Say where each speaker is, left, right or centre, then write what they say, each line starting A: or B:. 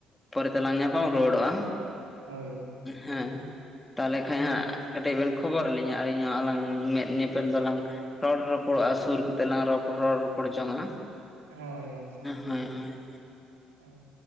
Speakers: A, on the left; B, on the right.
A: ᱯᱚᱨᱮᱛᱮᱞᱟᱝ ᱧᱟᱯᱟᱢ ᱨᱩᱣᱟᱹᱲᱚᱜᱼᱟ᱾
B: ᱦᱳᱭ
A: ᱦᱮᱸ ᱛᱟᱦᱚᱞᱮ ᱠᱷᱟᱡ ᱦᱟᱸᱜ ᱠᱟᱹᱴᱤᱡ ᱵᱮᱱ ᱠᱷᱚᱵᱚᱨᱟ ᱞᱤᱧᱟ ᱟᱹᱞᱤᱧ ᱦᱚᱸ ᱟᱞᱟᱝ ᱢᱮᱫ ᱧᱮ ᱧᱮᱯᱮᱞ ᱫᱚᱞᱟᱝ ᱨᱚᱲ ᱨᱚᱯᱚᱲᱚᱜᱼᱟ ᱥᱩᱨ ᱠᱟᱛᱮᱜ ᱞᱟᱝ ᱨᱚᱯᱚᱲ ᱨᱚᱲ ᱨᱚᱯᱚᱲ ᱡᱚᱝᱼᱟ
B: ᱦᱳᱭ ᱟᱪᱷᱟ
A: ᱦᱳᱭ
B: ᱜᱚᱝᱠᱮ ᱦᱳᱭ